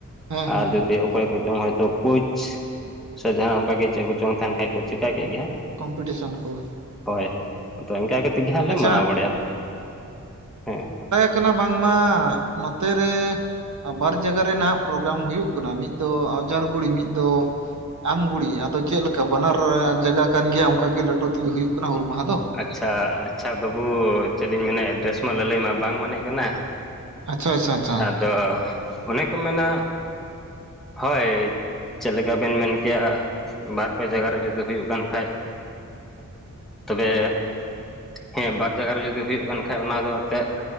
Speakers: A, on the right; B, in the centre.
A: ᱦᱮᱸ ᱦᱮᱸ
B: ᱟᱨ
A: ᱦᱮᱸ
B: ᱡᱩᱫᱤ ᱚᱠᱚᱭ ᱠᱚ ᱪᱚᱝ ᱦᱚᱭ ᱛᱚ ᱠᱩᱪ ᱥᱮ ᱡᱟᱦᱟᱸᱱᱟᱜ ᱚᱱᱠᱟ ᱜᱮ ᱪᱮᱫ ᱠᱚ ᱪᱚᱝ ᱛᱟᱦᱮᱸᱱ ᱠᱷᱟᱱ ᱠᱚ ᱪᱤᱠᱟ ᱠᱮᱫ ᱜᱮ ᱦᱟᱸᱜ ᱾
A: ᱠᱚᱢᱯᱤᱴᱤᱥᱚᱱ ᱠᱚ ᱾
B: ᱦᱳᱭ ᱟᱫᱚ ᱤᱝᱠᱟ ᱠᱟᱛᱮᱫ ᱜᱮ ᱦᱟᱸᱜ ᱞᱮ
A: ᱟᱪᱪᱷᱟ
B: ᱢᱟᱱᱟᱣ ᱵᱟᱲᱟᱭᱟ ᱦᱮᱸ ᱾
A: ᱦᱩᱭᱩᱜ ᱠᱟᱱᱟ ᱵᱟᱝᱢᱟ ᱱᱚᱛᱮ ᱨᱮ ᱵᱟᱨ ᱡᱟᱜᱟ ᱨᱮᱱᱟᱜ ᱯᱨᱳᱜᱨᱟᱢ ᱦᱩᱭᱩᱜ ᱠᱟᱱᱟ ᱢᱤᱫ ᱫᱚ ᱚᱡᱟᱨᱜᱩᱲᱤ ᱢᱤᱫ ᱫᱚ ᱟᱢᱜᱩᱲᱤ ᱟᱫᱚ ᱪᱮᱫ ᱞᱮᱠᱟ ᱵᱟᱱᱟᱨ ᱡᱟᱜᱟ ᱠᱟᱱ ᱜᱮᱭᱟ ᱚᱱᱠᱟ ᱜᱮ ᱞᱟᱹᱴᱩ ᱛᱮᱜᱮ ᱦᱩᱭᱩᱜ ᱠᱟᱱᱟ ᱦᱩᱞ ᱢᱟᱦᱟ ᱫᱚ?
B: ᱟᱪᱪᱷᱟ ᱟᱪᱪᱷᱟ ᱵᱟᱹᱵᱩ ᱪᱮᱫ ᱞᱤᱧ ᱢᱮᱱᱮᱫ ᱮᱰᱨᱮᱥ ᱢᱟ ᱞᱟᱹ-ᱞᱟᱹᱭ ᱢᱟ ᱵᱟᱝ ᱢᱮᱱᱮᱫ ᱠᱟᱱᱟ ᱾
A: ᱟᱪᱪᱷᱟ ᱟᱪᱪᱷᱟ ᱟᱪᱪᱷᱟ
B: ᱟᱫᱚ ᱚᱱᱮ ᱠᱚ ᱢᱮᱱᱟ, ᱦᱳᱭ ᱾ ᱪᱮᱫ ᱞᱮᱠᱟ ᱵᱮᱱ ᱢᱮᱱ ᱠᱮᱭᱟ ᱵᱟᱨ ᱯᱮ ᱡᱟᱜᱟ ᱨᱮ ᱡᱩᱫᱟᱹ ᱦᱩᱭᱩᱜ ᱠᱟᱱ ᱠᱷᱟᱡ ᱛᱚᱵᱮ ᱦᱮᱸ ᱵᱟᱨ ᱡᱟᱭᱜᱟ ᱨᱮ ᱡᱩᱫᱤ ᱦᱩᱭᱩᱜ ᱠᱟᱱ ᱠᱷᱟᱡ ᱚᱱᱟ ᱫᱚ ᱮᱛᱮᱫ